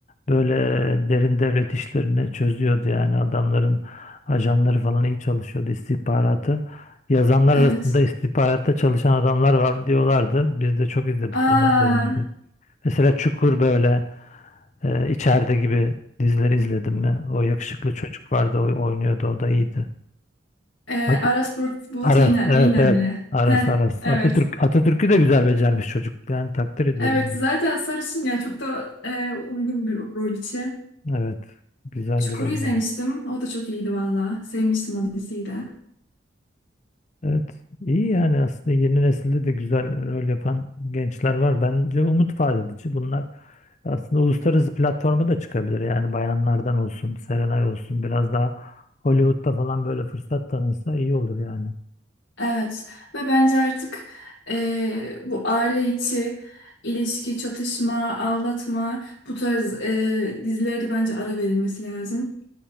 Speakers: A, on the left; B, on the left.
A: böyle derin devlet işlerini çözüyordu yani adamların ajanları falan iyi çalışıyordu istihbaratı. Yazanlar
B: Evet.
A: arasında istihbaratta çalışan adamlar var diyorlardı. Biz de çok izledik
B: Aa,
A: dönem- dönemde. Mesela Çukur böyle e, içeride gibi dizileri izledim mi? O yakışıklı çocuk vardı, o oynuyordu, o da iyiydi.
B: Ee,
A: At-
B: Aras Bulut, Bulut
A: Aras,
B: İğne,
A: evet
B: İğnemli.
A: evet. Aras
B: Heh,
A: Aras.
B: evet.
A: Atatürk Atatürk'ü de güzel becermiş çocuk. Yani takdir ediyorum.
B: Evet zaten sarışın ya çok da e, uygun bir rol için.
A: Evet. Güzel
B: Çukur'u
A: bir rol
B: izlemiştim.
A: var.
B: O da çok iyiydi valla. Sevmiştim o diziyi de.
A: Evet. iyi yani aslında yeni nesilde de güzel rol yapan gençler var. Bence umut vaat edici. Bunlar aslında uluslararası platforma da çıkabilir. Yani bayanlardan olsun, Serenay olsun biraz daha Hollywood'da falan böyle fırsat tanınsa iyi olur yani.
B: Evet ve bence artık e, bu aile içi ilişki, çatışma, aldatma bu tarz e, dizilere de bence ara verilmesi lazım.